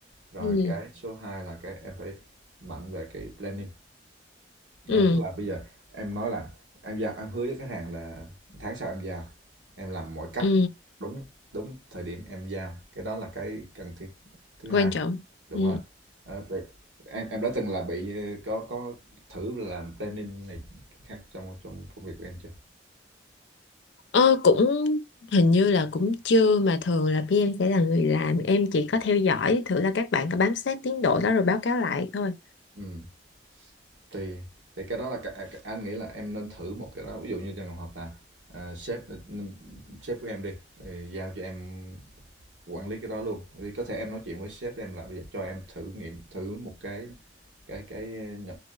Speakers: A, on the right (about 85°); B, on the left (about 75°).
A: rồi
B: ừ
A: cái số 2 là cái em phải mạnh về cái planning
B: ừ
A: à, tức là bây giờ em nói là em giao em hứa với khách hàng là tháng sau em giao em làm mọi cách
B: ừ
A: đúng đúng thời điểm em giao cái đó là cái cần thiết thứ
B: quan
A: hai
B: trọng
A: đúng
B: ừ
A: rồi Ờ, vậy em em đã từng là bị ờ, có có thử làm planning này khác trong trong công việc của em chưa
B: ờ cũng hình như là cũng chưa mà thường là pê em sẽ là người làm em chỉ có theo dõi thử là các bạn có bám sát tiến độ đó rồi báo cáo lại thôi
A: ừ. tùy thì cái đó là cả, cả, anh nghĩ là em nên thử một cái đó ví dụ như trường hợp là ờ, sếp sếp của em đi giao cho em quản lý cái đó luôn thì có thể em nói chuyện với sếp em là bây giờ cho em thử nghiệm thử một cái cái cái ờ, nhỏ,